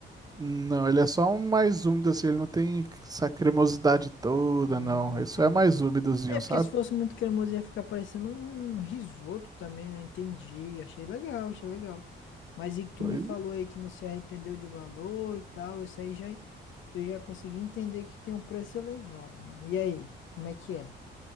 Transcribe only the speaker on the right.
Não, ele é só um mais úmido, assim, ele não tem essa cremosidade toda,
não.
Isso é mais úmidozinho,
sabe?
Pois-